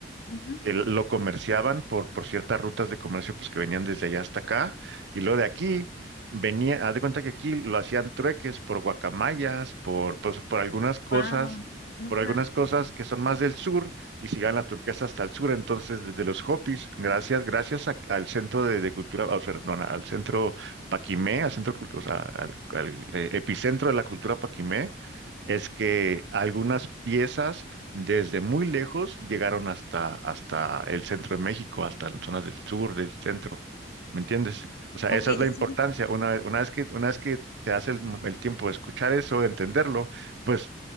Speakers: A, on the left; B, on the right.
A: ujú.
B: que lo comerciaban por, por ciertas rutas de comercio pues que venían desde allá hasta acá y luego de aquí venía, haz de cuenta que aquí lo hacían trueques por guacamayas, por pues, por algunas cosas,
A: Guau, ajá.
B: por algunas cosas que son más del sur y se llevan la turquesa hasta el sur, entonces desde los Hopis, gracias gracias a- al centro de, de cultura, o sea, perdona, al centro Paquimé, al centro cultu- o sea, al, al, eh, epicentro de la cultura Paquimé es que algunas piezas desde muy lejos llegaron hasta, hasta el centro de México, hasta las zonas del sur, del centro. ¿Me entiendes? O sea,
A: Ok,
B: esa es la importancia.
A: sí.
B: Una, vez- una vez que, una vez que te hace el, mo- el tiempo de escuchar eso, de entenderlo, pues,